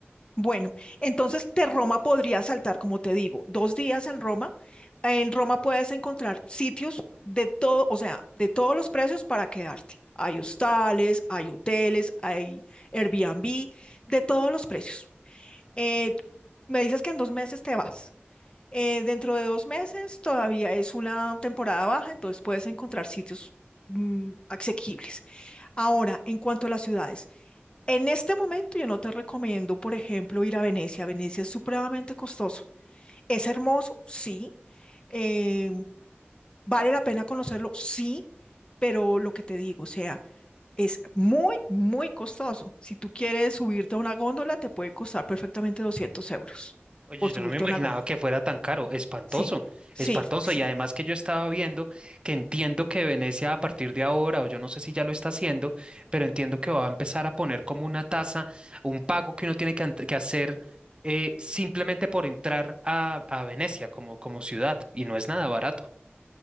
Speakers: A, on the left; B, on the right.
A: Bueno, entonces de Roma podrías saltar, como te digo, dos días en Roma. En Roma puedes encontrar sitios de todo, o sea, de todos los precios para quedarte. Hay hostales, hay hoteles, hay Airbnb, de todos los precios. Eh, me dices que en dos meses te vas. Eh, dentro de dos meses todavía es una temporada baja, entonces puedes encontrar sitios mm, asequibles. Ahora, en cuanto a las ciudades. En este momento yo no te recomiendo, por ejemplo, ir a Venecia. Venecia es supremamente costoso. Es hermoso, sí. Eh, vale la pena conocerlo, sí. Pero lo que te digo, o sea, es muy, muy costoso. Si tú quieres subirte a una góndola, te puede costar perfectamente 200 euros
B: Oye,
A: por subirte
B: yo no me imaginaba
A: a una góndola.
B: que fuera tan caro, espantoso,
A: Sí, sí,
B: espantoso.
A: sí.
B: Y además que yo estaba viendo que entiendo que Venecia a partir de ahora, o yo no sé si ya lo está haciendo, pero entiendo que va a empezar a poner como una tasa, un pago que uno tiene que, ant- que hacer eh, simplemente por entrar a, a Venecia como, como ciudad, y no es nada barato.